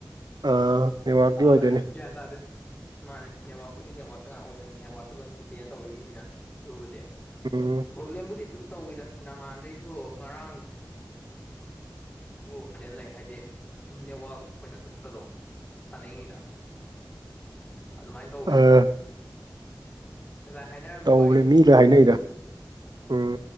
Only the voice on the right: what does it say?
ꯑꯥ ꯅꯦꯠꯋꯥꯛꯀꯤ
ꯑꯣꯏꯗꯣꯏꯅꯦ
ꯎꯝ
ꯑꯥ
ꯇꯧꯕꯅꯦ
ꯃꯤ ꯂꯣꯏ ꯍꯥꯏꯅꯩꯗ ꯎꯝ